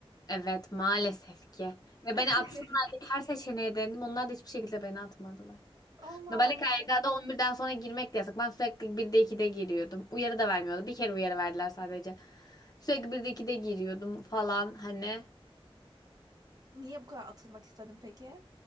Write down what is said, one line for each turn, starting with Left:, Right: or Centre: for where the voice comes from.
Left: Evet maalesef ki. Ve
Right: <laughs>
Left: beni atsınlar diye her seçeneğe denedim. Onlar da hiçbir şekilde beni atmadılar.
Right: Allah
Left: Normalde K
Right: Allah.
Left: Y K'da on birden sonra girmek de yasak. Ben sürekli 1'de 2'de giriyordum. Uyarı da vermiyordu. Bir kere uyarı verdiler sadece. Sürekli 1'de 2'de giriyordum falan hani.
Right: Niye bu kadar atılmak istedin peki?